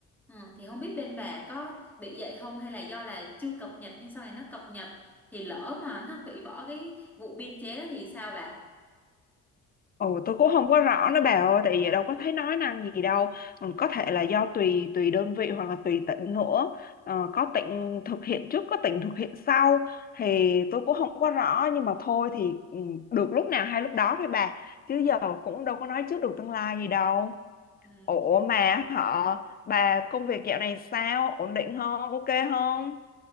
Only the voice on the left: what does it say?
Ồ, tôi cũng không có rõ nữa bà ơi, tại vì đâu có thấy nói năng gì đâu. Ừ, Có thể là do tùy tùy đơn vị hoặc là tùy tỉnh nữa. Ờ, có tỉnh thực hiện trước, có tỉnh thực hiện sau thì tôi cũng không có rõ nhưng mà thôi thì ừ, được lúc nào hay lúc đó thôi bà. Chứ giờ cũng đâu có nói trước được tương lai gì đâu.
Ủa mà họ bà công việc dạo này sao? Ổn định không? Ok không?